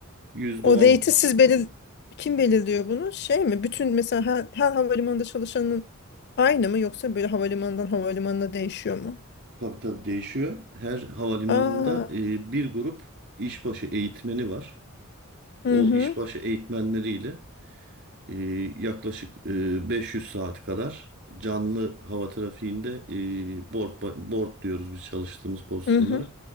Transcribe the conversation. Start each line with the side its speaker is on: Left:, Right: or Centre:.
Right: yüzde
Left: O
Right: on
Left: rate'i siz belir kim belirliyor bunu? Şey mi? Bütün mesela her, her havalimanında çalışanın aynı mı yoksa böyle havalimanından havalimanına değişiyor mu?
Right: tabii tabii değişiyor. Her havalimanında
Left: Aa,
Right: e, bir grup işbaşı eğitmeni var.
Left: hı
Right: O
Left: hı,
Right: işbaşı eğitmenleriyle e, yaklaşık e, 500 saat kadar canlı hava trafiğinde e, board, ba- board diyoruz biz çalıştığımız pozisyonlara.
Left: hı hı.